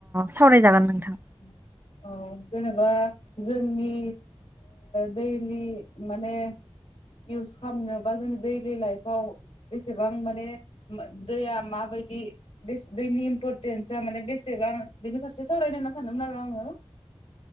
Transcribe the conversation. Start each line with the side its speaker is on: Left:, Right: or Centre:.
Right: सावरायजागोन नों नोंथां।
Left: औ जेनेबा जोंनि दैलि माने इउस खालामनो बा अ अ जेनेबा जोंनि ओ दैलि माने इउस खामनोबा जोङो दैलि लाइफआव बेसेबां माने दैया माबायदि बेस दैनि इम्परटेन्सा माने बेसेबां बेनि फारसे सावरायनोहोनना सानदोंमोन आरो आङो।